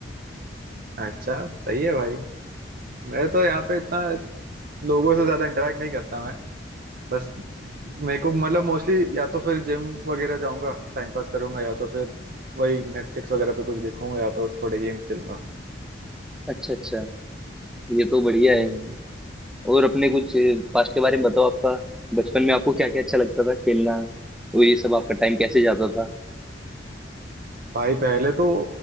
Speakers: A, on the right; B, in the centre.
A: अच्छा सही है भाई मैं तो यहाँ पे इतना लोगों से ज्यादा इंटरेक्ट नहीं करता मैं बस मेरे को मतलब मोस्टली या तो फिर जिम वगैरह जाऊंगा टाइम पास करूंगा या तो फिर वही नेटफ्लिक्स वगैरह पे कुछ देखूंगा या तो थोड़े गेम्स खेलूंगा
B: अच्छा अच्छा ये तो बढ़िया
A: हम्म
B: है और अपने कुछ पास्ट के बारे में बताओ आपका बचपन में आपको क्या क्या अच्छा लगता था खेलना तो ये सब आपका टाइम कैसे जाता था
A: भाई पहले तो